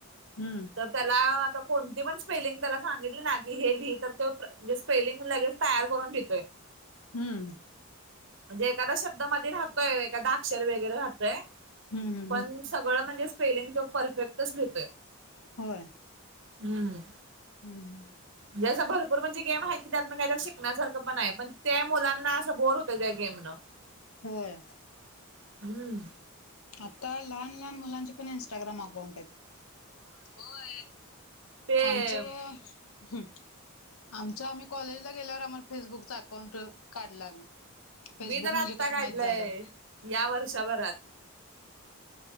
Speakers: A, on the left; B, on the right.
A: हम्म.
B: त्याला आता कोणती पण स्पेलिंग त्याला सांगितली ना की हे लि तर ते‌. े स्पेलिंग लगेच तयार करून घेतोय.
A: हम्म.
B: म्हणजे एखादा शब्द मध राहतोय एखादा अक्षर वगैरे राहतोय.
A: हम् हम्
B: पण सगळं म्हणजे स्पेलिंग तो परफेक्टच लिहीतोय.
A: होय
B: हम्म
A: हम्
B: जं भरपूर म्हणजे गेम आहे क त्यात काय शिकण्यासारखं पण आहे पण ते मुलांना असं बोर होत. घा गेम न
A: होय
B: हम्म
A: आता लहान लहान मुलांचे पण इं्स्टाग्राम अकाउंट आहेत. होय
B: ते
A: आमचं व आमच्या आम्ही कॉलेजला गेल्यावर आम्हाला फेसबुकच अकाउंट काढला आम्ही फेसबुक
B: मी तर
A: म्हणजे
B: आत्ता
A: काय
B: काढलंय
A: माहित झालं.
B: या वर्षभरात